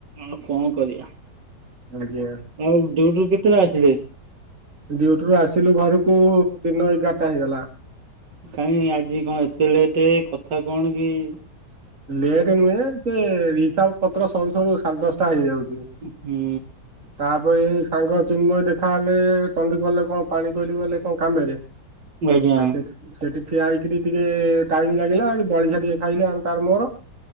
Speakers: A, on the right; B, on the right.
A: ଆଉ କଣ କରିବା।
B: ଆଜ୍ଞା।
A: ଆଉ ଡିଉଟୁରୁ କେତେବେଳେ ଆସିବେ।
B: ଡିଉଟିରୁୁ ଆସିଲୁ ଘରକୁ ଦିନ ଏଗାରଟା ହେଇଗଲା।
A: କାହିଁ ଆଜି କଣ ଏତେ ଲେଟ୍ କଥା କଣ କି
B: ଲେଟ୍ ନୁହେଁ ସେ ହିସାବ ପତ୍ର ସରୁ ସରୁ ସାଢ଼େ ଦଶଟା ହେଇଯାଉଚି।
A: ହୁଁ
B: ତାପରେ ଏଇ ସାଙ୍ଗ ଚିନ୍ମୟ ଦେଖା ହେଲେ ଚଣ୍ଡିଖୋଲ କଲେ କଣ ପାଣିକୋଇଲି ଗଲେ କଣ କାମରେ
A: ଆଜ୍ଞା
B: ଆଉ ସେଠି ସେଠି ଠିଆ ହେଇକିରି ଟିକେ ଟାଇମ ଲାଗିଲା ଜଳଖିଆ ଟିକେ ଖାଇଲେ ଆମ ତାର ମୋର